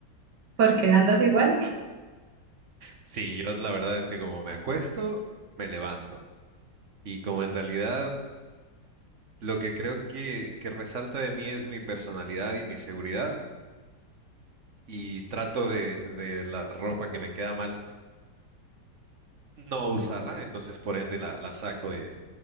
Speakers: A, on the right (about 65°); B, on the right (about 45°).
A: ¿Por qué andas igual?
B: Sí, yo la verdad es que como me acuesto, me levanto. Y como en realidad lo que creo que, que resalta de mí es mi personalidad y mi seguridad, y trato de, de la ropa que me queda mal no usarla, entonces por ende la, la saco de,